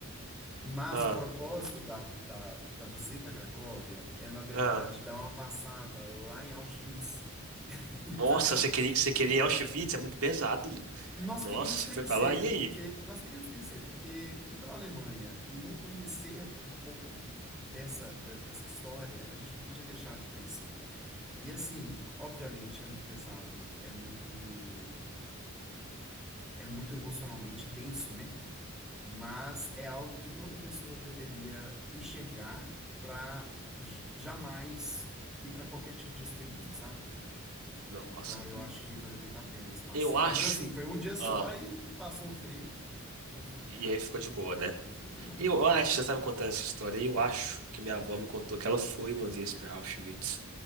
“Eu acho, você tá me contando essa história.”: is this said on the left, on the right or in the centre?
Right